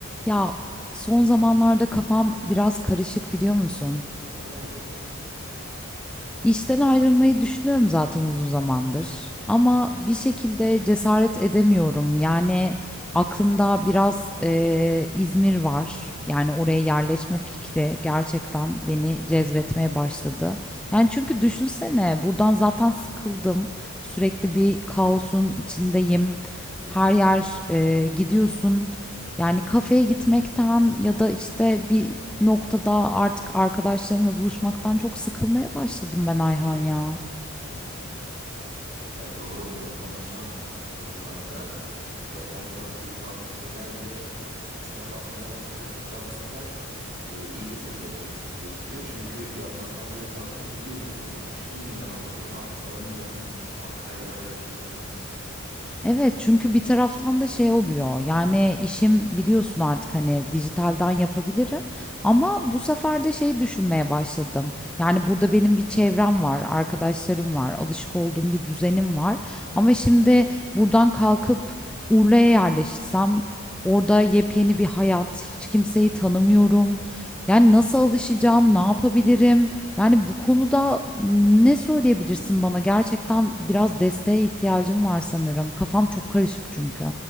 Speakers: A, in the centre; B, on the right.
A: Ya son zamanlarda kafam biraz karışık biliyor musun?
B: Ne oldu?
A: İşten ayrılmayı düşünüyorum zaten uzun zamandır. Ama bir şekilde cesaret edemiyorum. Yani aklımda biraz eee, İzmir var. Yani oraya yerleşme fikri gerçekten beni cezbetmeye başladı. Yani çünkü düşünsene buradan zaten sıkıldım. Sürekli bir kaosun içindeyim. Her yer eee, gidiyorsun. Yani kafeye gitmekten ya da işte bir noktada artık arkadaşlarımla buluşmaktan çok sıkılmaya başladım ben Ayhan ya.
B: Hmm. Ya doğru monotonlaşan durumlarda e, her zaman keyif aldığın şeyler bile insana batmaya başlıyor. Hatta bu sefer e, iyice seni depresifleştiriyor. Çünkü yapmaktan zevk aldığını biliyordum bunun ama şimdi niye almıyorum artık alamayacak mıyım gibi falan kaygılar yaratıyor olabilir.
A: Evet çünkü bir taraftan da şey oluyor yani işim biliyorsun artık hani dijitalden yapabilirim ama bu sefer de şey düşünmeye başladım. Yani burada benim bir çevrem var, arkadaşlarım var, alışık olduğum bir düzenim var ama şimdi buradan kalkıp Urla'ya yerleşsem orada yepyeni bir hayat, hiç kimseyi tanımıyorum. Yani nasıl alışacağım, ne yapabilirim? Yani bu konuda ne söyleyebilirsin bana? Gerçekten biraz desteğe ihtiyacım var sanırım. Kafam çok karışık çünkü.